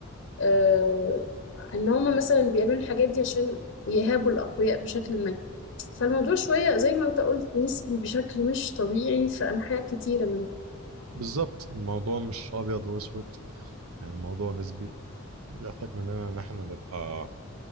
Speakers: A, on the left; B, on the right.
A: آه ان هم مثلا بيعملوا الحاجات دي عشان يهابوا الاقوياء بشكل ما فالموضوع شوية زي ما انت قلت نسبي بشكل مش طبيعي في أنحاء كتيرة
B: بالظبط الموضوع مش أبيض وأسود يعني الموضوع نسبي بيحتاج مننا إن إحنا نبقى